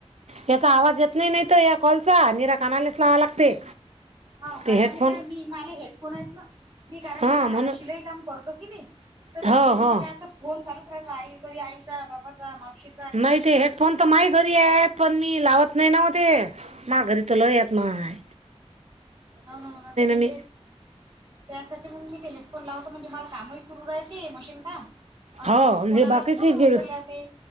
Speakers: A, on the right; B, on the right.
A: याचा आवाज येत नाही. नाही तर या कॉलचा. त्याला कानालेच लावावा लागते.
B: हो. कानाले
A: ते हेडफोन
B: काय, मी माले हेडफोन आहेत ना. मी कारण
A: हां
B: आता,
A: म्हणून
B: शिलाई काम करतो की नाही. तर त्याच्यानं
A: हो हो
B: मला आता फोन चालूच राहायचा. आई कधी, आईचा बाबाचा, मावशी
A: नाही ते हेडफोन तर माही घरी आहेत, पण मी लावत नाही ना ओ ते. माघारी तुला येत नाय.
B: हाऊ ना आता पण
A: मी
B: तेच त्यासाठी मग मी ते हेडफोन लावतो. म्हणजे मला कामही सुरू राहते मशीन काम अन
A: हो
B: फोन
A: हे
B: आला
A: बाकीची
B: तर फोनही
A: चिल
B: उचलले जाते.